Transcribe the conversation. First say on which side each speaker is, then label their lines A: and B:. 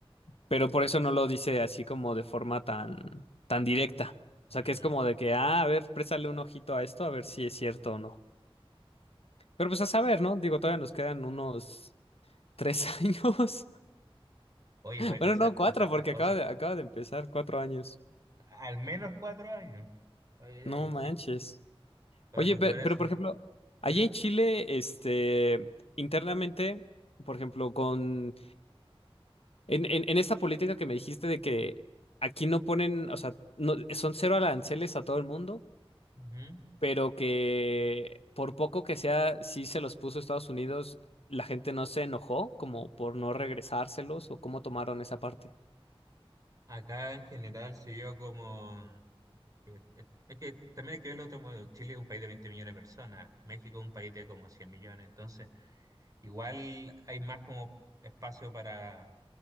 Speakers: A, on the left; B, on the right.
A: pero por eso no lo dice así como de forma tan, tan directa. O
B: Mm,
A: sea, que es como de que, ah, a ver, préstale un ojito a esto, a ver si es cierto o no. Pero pues a saber, ¿no? Digo, todavía nos quedan unos ¿Tres <laughs> años?
B: Oye, pueden
A: Bueno,
B: que sea-
A: no, cuatro,
B: pasar estas
A: porque
B: cosas.
A: acaba de, acaba de empezar, cuatro años.
B: Al menos cuatro años. Oye, oye,
A: No
B: oye,
A: manches.
B: sí. Oye,
A: Oye,
B: porque
A: pe-
B: parece.
A: pero, por ejemplo, allí
B: ¿Mm?
A: en Chile, este, internamente, por ejemplo, con, en, en, en esta política que me dijiste de que aquí no ponen, o sea, no, son cero aranceles a todo el mundo,
B: Ujú.
A: pero que por poco que sea, sí se los puso Estados Unidos, la gente no se enojó como por no regresárselos o cómo tomaron esa parte.
B: Acá en general se vio como. que- que- Es que también hay que verlo como Chile es un país de 20 millones de personas, México es un país de como 100 millones, entonces igual hay más como espacio para